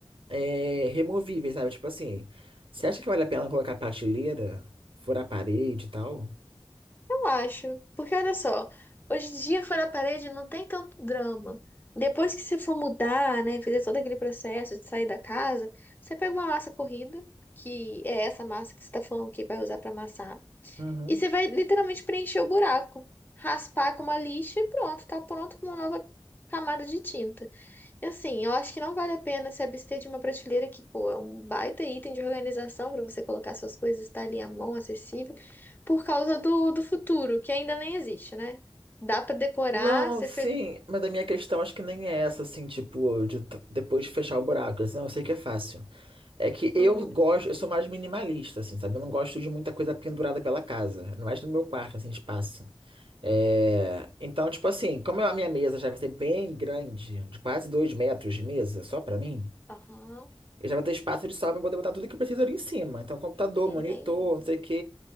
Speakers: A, on the right; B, on the left.
A: é, removíveis, sabe? Tipo assim, você acha que vale a pena colocar prateleira, furar a parede e tal?
B: Eu acho. Porque olha só, hoje em dia fora da parede não tem tanto drama. Depois que você for mudar, né? fazer todo aquele processo de sair da casa, você pega uma massa corrida, que é essa massa que você está falando que vai usar para amassar.
A: Uhum.
B: E você vai literalmente preencher o buraco, raspar com uma lixa e pronto, tá pronto com uma nova camada de tinta. E assim, eu acho que não vale a pena se abster de uma prateleira que, pô, é um baita item de organização para você colocar suas coisas, tá ali à mão, acessível, por causa do, do futuro, que ainda nem existe, né? Dá para decorar,
A: Não,
B: ser
A: sim,
B: feliz.
A: mas a minha questão acho que nem é essa, assim, tipo, de t- depois de fechar o buraco, assim, não, eu sei que é fácil. É que eu
B: Aham,
A: gosto, eu sou mais minimalista, assim, sabe? Eu não gosto de muita coisa pendurada pela casa, ainda mais no meu quarto, assim, espaço. É... Então, tipo assim, como eu- a minha mesa já vai ser bem grande, de quase dois metros de mesa, só pra mim,
B: aham,
A: eu já vou ter espaço de sobra pra poder botar tudo que eu preciso ali em cima. Então, computador,
B: entendi.
A: monitor, não sei o quê,